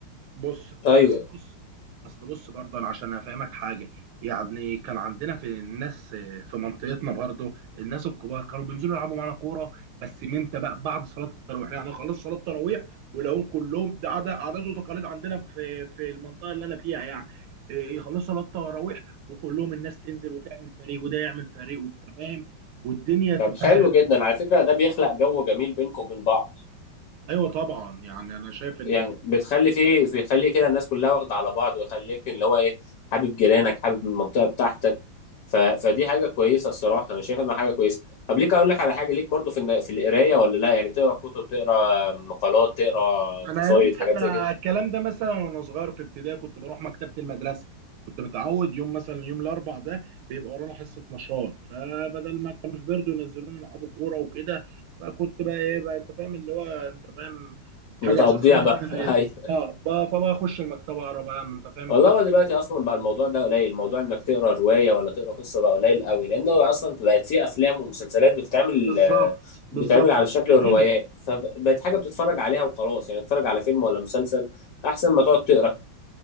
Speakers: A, on the right (about 80°); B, on the left (about 60°).
A: بص
B: ايوه
A: اصل بص اصل بص برضه انا عشان افهمك حاجه يعني كان عندنا في الناس في منطقتنا برضه الناس الكبار كانوا بينزلوا يلعبوا معانا كوره بس من امتى بقى بعد صلاه التراويح يعني خلاص صلاه التراويح ولاقوهم كلهم ده عادة عادات وتقاليد عندنا في في المنطقه اللي انا فيها يعني إيه، يخلصوا صلاه التراويح وكلهم الناس تنزل وتعمل فريق وده يعمل فريق وانت فاهم والدنيا تبقى
B: طب حلو جدا على فكره ده بيخلق جو جميل بينكم وبين بعض
A: ايوه طبعا يعني انا شايف ان
B: يعني بتخلي فيه بيخلي كده الناس كلها واخده على بعض ويخليك اللي هو ايه حابب جيرانك حابب المنطقه بتاعتك ف... فدي حاجه كويسه الصراحه انا شايف انها حاجه كويسه طب ليك اقول لك على حاجه ليك برضو في الن- في القرايه ولا لا يعني تقرا كتب تقرا مقالات تقرا قصايد
A: انا يمكن
B: حاجات زي كده
A: الكلام ده مثلا وانا صغير في ابتدائي كنت بروح مكتبه المدرسه كنت متعود يوم مثلا يوم الاربع ده بيبقى ورانا حصه نشاط فبدل ما كانوش بيرضوا ينزلوني يلعبوا كوره وكده فكنت بقى ايه بقى انت فاهم اللي هو انت فاهم حاجه
B: بتقضيها
A: اساسيه عندي
B: بقى <laughs>
A: اه بقى- فبقى اخش المكتبه اقرا بقى انت فاهم
B: والله
A: كده
B: هو دلوقتي اصلا بقى الموضوع ده قليل موضوع انك تقرا روايه ولا تقرا قصه بقى قليل قوي لانه اصلا بقت في افلام ومسلسلات بتتعمل
A: بالظبط
B: آه،
A: بالظبط
B: بتتعمل على شكل
A: سهلت
B: الروايات فبقت حاجه بتتفرج عليها وخلاص يعني تتفرج على فيلم ولا مسلسل احسن ما تقعد تقرا